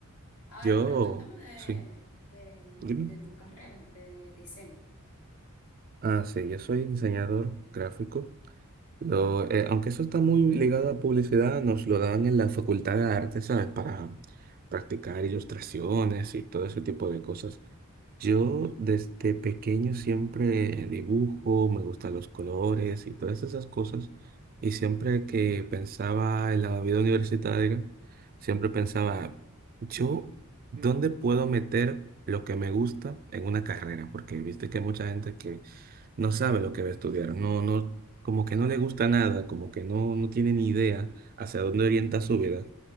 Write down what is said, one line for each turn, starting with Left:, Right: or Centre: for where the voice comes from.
Left: Ahora,
Right: Yo,
Left: pero cuéntame de,
Right: sí,
Left: de,
Right: dime.
Left: de tu carrera de diseño
Right: Ah, sí, yo soy diseñador gráfico. Lo, eh, aunque eso está muy ligado a publicidad, nos lo dan en la Facultad
Left: Mm.
Right: de Arte, ¿sabes? Para practicar ilustraciones y todo ese tipo de cosas. Yo desde pequeño siempre dibujo, me gustan los colores y todas esas cosas. Y siempre que pensaba en la vida universitaria, siempre pensaba, yo, ¿dónde puedo meter lo que me gusta en una carrera? Porque viste que hay mucha gente que no sabe lo que va a estudiar, no, no, como que no le gusta nada, como que no, no tiene ni idea hacia dónde orienta su vida.